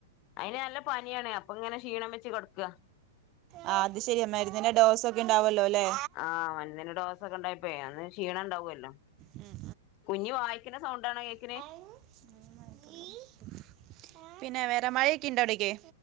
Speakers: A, on the left; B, on the right.
A: അയിന് നല്ല പനിയാണ് അപ്പൊ ഇങ്ങനെ ക്ഷീണം വെച്ച് കെടക്ക
B: ആ അത് ശരിയ മരുന്ന്ന്റെ ഡോസ് ഒക്കെ ഇണ്ടാവല്ലോ ല്ലേ?
A: ആഹ് മരുന്നിന് ഡോസ് ഒക്കെ ഇണ്ടായപ്പേ അന്ന് ക്ഷീണം ഇണ്ടാവല്ലോ.
B: ഉം.
A: കുഞ്ഞു വായിക്കുന്ന സൗണ്ടാണ് കേൾ
B: <unintelligible> പിന്നെ വേറെ മഴയൊക്കെ ഇണ്ടോ അവിടേക്